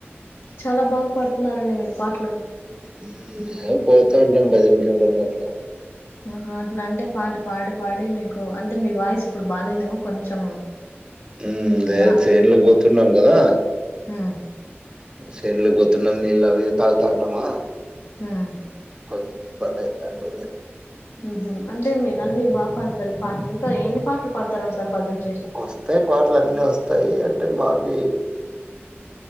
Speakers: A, on the left; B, on the right.
A: చాలా బాగ్ పడుతున్నారండి మీరు పాటలు
B: ఉమ్ మేం పోతా ఉంటాం భజనకి ఎప్పుడన్న అట్లా
A: ఆహా అట్లాంటే పాట పాడి పాడి మీకు అంటే మీ వాయిస్ ఇప్పుడు బాగాలేదేమో కొంచెం
B: ఉమ్
A: నిదా
B: లేద్ చెన్లలకి పోతున్నాం కదా
A: ఉమ్
B: సెండ్లుకి పోతున్నాం నీళ్ళు అవి తాగుతా ఉంటామా
A: ఉమ్
B: కొంచెం ఇబ్బంది అయితానుంటుంది
A: హ అంటే మీరు అన్ని బాగా పాడతారు పాటలు ఇంకా ఎన్ని పాటలు పాడతారూ ఒకసారి భజన్కి
B: వస్తాయి పాటలు అన్నీ వస్తాయి అంటే మాకి